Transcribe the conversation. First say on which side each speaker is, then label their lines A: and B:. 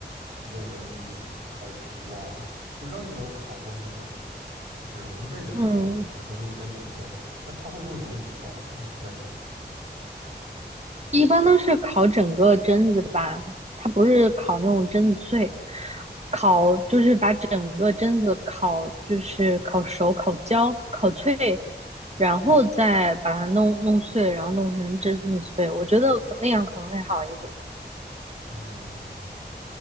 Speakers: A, on the right; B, on the right.
A: 比较容易烤糊啊。不知道你有没有烤过那种，就是烘焙的时候，
B: 嗯，
A: 就是说用坚果碎，那它会不会容易糊啊？我在想，
B: 一般都是烤整个榛子吧，它不是烤那种榛子碎，烤就是把整个榛子烤，就是烤熟、烤焦、烤脆，然后再把它弄弄碎，
A: 嗯。
B: 然后弄成榛子碎。我觉得那样可能会好一点。
A: 哦，